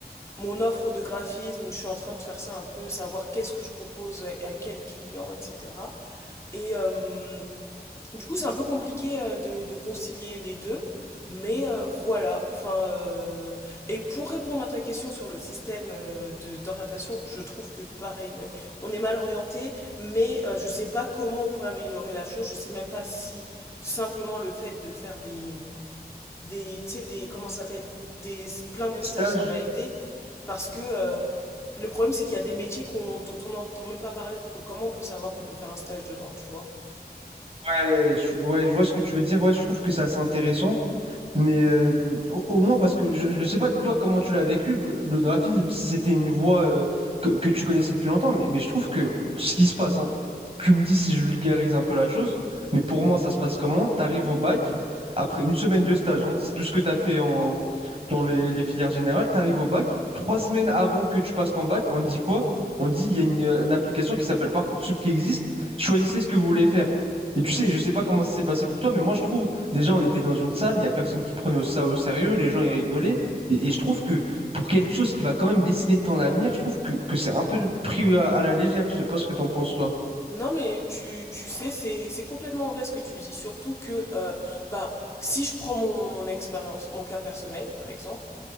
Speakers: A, on the left (about 15°); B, on the right (about 35°).
A: mon offre de graphisme. Je suis en train de faire ça un peu, savoir qu'est-ce que je propose à, à quel client, etc. Et, euh, du coup, c'est un peu compliqué euh, de, de concilier les deux, mais euh, voilà. Enfin, euh, Et pour répondre à ta question sur le système euh, de- d'orientation, je trouve que pareil, ouais, on est mal orienté, mais euh, je sais pas comment on pourrait améliorer la chose. Je sais même pas si simplement le fait de faire des, des, tu sais, des, comment ça s'appelle, des plein de
B: Stage?
A: stages, ça va aider, parce que euh, le problème c'est qu'il y a des métiers qu'on, dont on n'entend même pas parler. Donc comment on peut savoir qu'on peut faire un stage dedans, tu vois?
B: Ouais, je, ouais, je vois ce que tu veux dire. Ouais, je trouve que c'est assez intéressant. Mais euh, au, au moins, parce que je ne sais pas, toi, comment tu l'as vécu, le graphisme, si c'était une voie euh, que, que tu connaissais depuis longtemps, mais, mais je trouve que ce qui se passe, hein, tu me dis si je vulgarise un peu la chose, mais pour moi, ça se passe comment? Tu arrives au bac, après une semaine de stage, hein, c'est tout ce que tu as fait en, dans les, les filières générales, tu arrives au bac, trois semaines avant que tu passes ton bac, on te dit quoi? On te dit, il y a une, euh, une application qui s'appelle Parcoursup qui existe, choisissez ce que vous voulez faire. Et tu sais, je sais pas comment ça s'est passé pour toi, mais moi, je trouve Déjà, on était dans une salle, il n'y a personne qui prenait ça au sérieux, les gens ils rigolaient. Et, et je trouve que pour quelque chose qui va quand même décider de ton avenir, je trouve que, que c'est un peu pris à, à la légère. Je sais pas ce que t'en penses, toi.
A: Non mais tu, tu sais, c'est, c'est complètement vrai ce que tu dis. Surtout que euh, bah, si je prends mon, mon expérience, mon cas personnel par exemple,